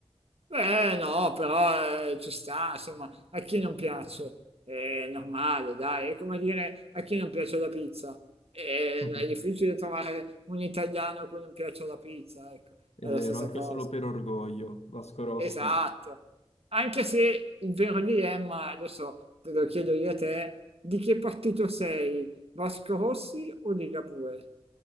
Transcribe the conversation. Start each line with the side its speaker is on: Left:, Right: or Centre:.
Right: Beh, no, però eh, ci sta, insomma, a chi non piace eh, è normale, dai, è come dire a chi non piace la pizza. Eh,
Left: <laughs>
Right: È, difficile trovare un italiano a cui non piace la pizza, ecco,
Left: È
Right: è
Left: vero,
Right: la stessa
Left: anche
Right: cosa.
Left: solo per orgoglio. Vasco Rossi.
Right: Esatto. Anche se il vero dilemma, adesso te lo chiedo io a te, di che partito sei? Vasco Rossi o Ligabue?